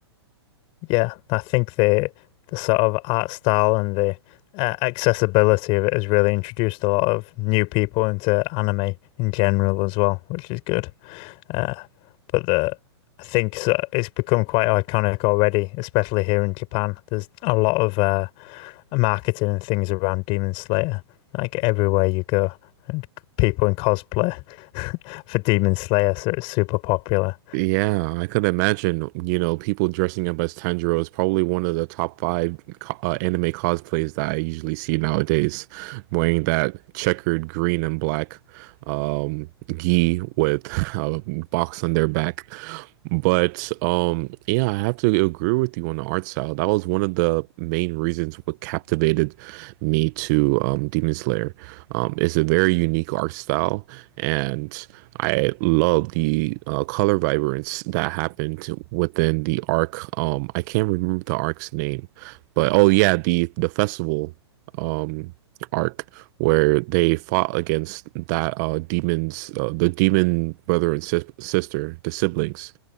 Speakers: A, on the left; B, on the right.
A: Yeah, I think the the sort of art style and the uh, accessibility of it has really introduced a lot of new people into anime in general as well, which is good. Uh, but the I think so, it's become quite iconic already, especially here in Japan. There's a lot of uh, marketing and things around Demon Slayer. Like everywhere you go, people in cosplay <laughs> for Demon Slayer, so it's super popular.
B: Yeah, I could imagine, you know, people dressing up as Tanjiro is probably one of the top five co uh, anime cosplays that I usually see nowadays, wearing that checkered green and black um gi with <laughs> a box on their back. But um yeah, I have to agree with you on the art style. That was one of the main reasons what captivated me to um Demon Slayer. Um, it's a very unique art style and I love the uh, color vibrance that happened within the arc. Um, I can't remember the arc's name, but oh yeah, the the festival um arc where they fought against that uh demons uh, the demon brother and sis sister, the siblings,